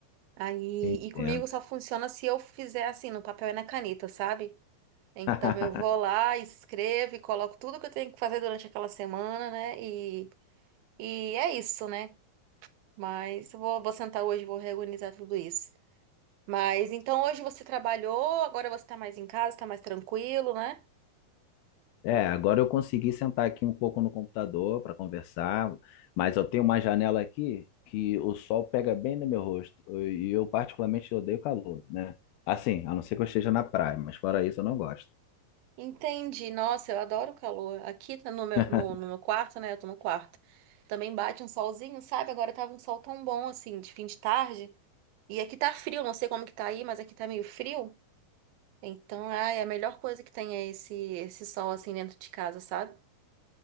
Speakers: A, on the right; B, on the left.
A: Aí,
B: Entendo.
A: e comigo só funciona se eu fizer assim, no papel e na caneta, sabe? Então
B: <laughs>
A: eu vou lá, escrevo e coloco tudo que eu tenho que fazer durante aquela semana, né? E, e é isso, né? Mas eu vou, vou sentar hoje e vou reorganizar tudo isso. Mas então hoje você trabalhou, agora você tá mais em casa, tá mais tranquilo, né?
B: É, agora eu consegui sentar aqui um pouco no computador para conversar, mas eu tenho uma janela aqui que o sol pega bem no meu rosto e eu particularmente odeio calor, né? Assim, a não ser que eu esteja na praia, mas fora isso eu não gosto.
A: Entendi. Nossa, eu adoro o calor. Aqui tá no meu,
B: <laughs>
A: no, no meu quarto, né? Eu tô no quarto. Também bate um solzinho, sabe? Agora tava um sol tão bom assim, de fim de tarde. E aqui tá frio, não sei como que tá aí, mas aqui tá meio frio. Então, ai, a melhor coisa que tem é esse, esse sol assim dentro de casa, sabe?